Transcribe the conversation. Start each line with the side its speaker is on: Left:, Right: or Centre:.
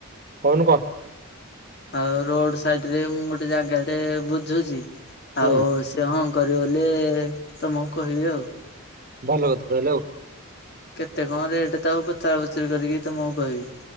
Right: କୋହୁନୁ କ।
Left: ଆଉ ରୋଡ ସାଇଟ୍ ରେ ମୁଁ ଗୋଟେ ଜାଗାଟେ ବୁଝୁଚି ଆଉ
Right: ହୁଁ
Left: ସ୍ ସେ ହଁ କରିବ ବୋଲି ତମକୁ କହିବି ଆଉ।
Right: ଭଲ କଥା ତାହେଲେ ଆଉ।
Left: କେତେ କଣ ରେଟ୍ ତାକୁ ପଚରା ପୁଚୁରି କରିକି ତମକୁ କହିବି।